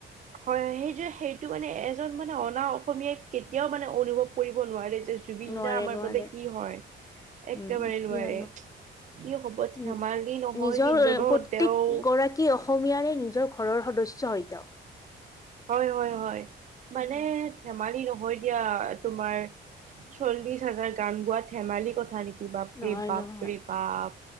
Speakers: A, on the right; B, on the left.
A: হয় সেইটো সেইটো মানে এজন মানে অনা অসমীয়াই কেতিয়াও মানে অনুভৱ কৰিব নোৱাৰে। জুবিন
B: নোৱাৰে
A: দা আমাৰ
B: নোৱাৰে
A: বাবে কি হয় একেবাৰে
B: উম,
A: নোৱাৰে
B: কিয়
A: কি হব
B: উম,
A: ধেমালি নহয়
B: নিজৰ
A: কিন্তু ন
B: প্ৰত্যেক
A: তেওঁ
B: গৰাকী অসমীয়াৰে নিজৰ ঘৰৰ সদস্য হয় ত।
A: হয় হয় হয় মানে
B: উম।
A: ধেমালি নহয় হয় দিয়া তোমাৰ চল্লিশ হাজাৰ গান গোৱা ধেমালি কথা নেকি। বাপৰে
B: নহয়
A: বাপৰে
B: নহয়
A: বাপ